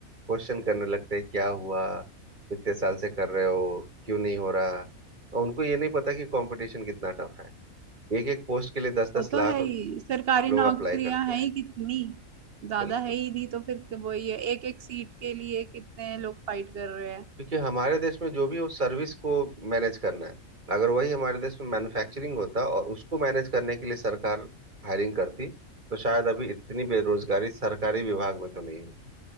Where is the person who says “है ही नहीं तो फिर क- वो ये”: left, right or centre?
Right